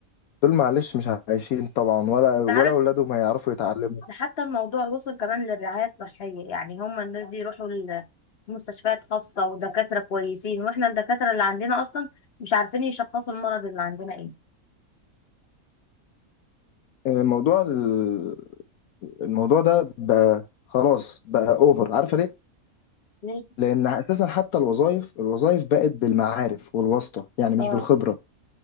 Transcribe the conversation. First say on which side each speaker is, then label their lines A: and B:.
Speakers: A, on the left; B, on the left.
A: دول معلش مش عايشين طبعا ولا
B: أنت
A: ولا
B: عارف
A: اولادهم هيعرفوا يتعلموا
B: ده حتى الموضوع وصل كمان للرعاية الصحية يعني هما الناس دي يروحوا ل- لمستشفيات خاصة ودكاترة كويسين وإحنا الدكاترة اللي عندنا أصلا مش عارفين يشخصوا المرض اللي عندنا إيه
A: موضوع ال- الموضوع ده بقى خلاص بقى اوفر عارفه ليه
B: ليه؟
A: لان اساسا حتى الوظائف الوظائف بقت بالمعارف والواسطه يعني مش
B: آه
A: بالخبره